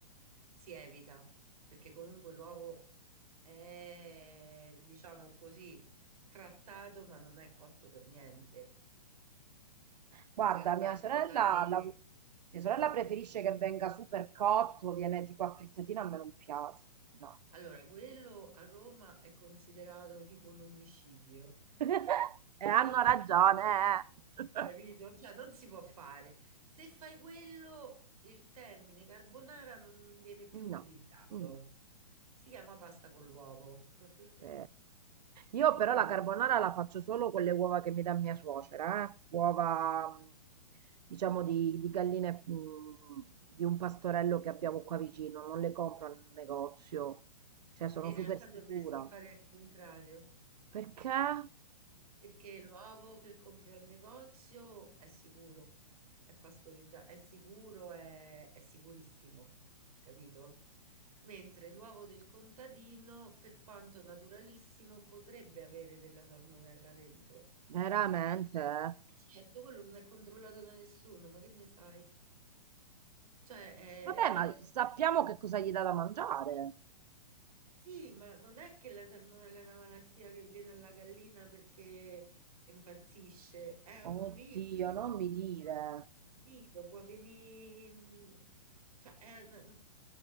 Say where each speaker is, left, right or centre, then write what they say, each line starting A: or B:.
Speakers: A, on the right; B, on the right.
A: si evita, perché comunque l'uovo è, diciamo così, trattato, ma non è cotto per niente.
B: Guarda,
A: Cioè, tu calcola
B: mia sorella,
A: che...
B: la- mia sorella preferisce che venga super cotto, viene tipo a frittatina, a me non piace. No.
A: Allora, quello a Roma è considerato tipo un omicidio.
B: <laughs> E hanno ragione. eh.
A: Capito?
B: <laughs>
A: Cioè, non si può fare. Se fai quello, il termine carbonara non viene più
B: No.
A: utilizzato.
B: Mm.
A: Si chiama pasta con l'uovo. <laughs>
B: Sì. Io però
A: Capito?
B: la carbonara la faccio solo con le uova che mi dà mia suocera, eh. Uova, mm, diciamo, di, di galline, mm, di un pastorello che abbiamo qua vicino, non le compro al negozio, cioè sono
A: In
B: super
A: realtà
B: sicura.
A: dovresti fare il contrario.
B: Perché?
A: Perché l'uovo che compri al negozio è sicuro, è pastorizzato, è sicuro, è, è sicurissimo, capito? Mentre l'uovo del contadino, per quanto naturalissimo, potrebbe avere della salmonella dentro.
B: Veramente? eh.
A: Eh, Certo, quello non è controllato da nessuno, ma che ne sai? Cioè,
B: Vabbè, ma
A: eh,
B: sappiamo che cosa gli dà da mangiare.
A: sì, ma non è che la salmonella è una malattia che viene alla gallina perché impazzisce, è un
B: Oddio,
A: virus.
B: non mi dire.
A: Capito? Può venire, cioè, è una,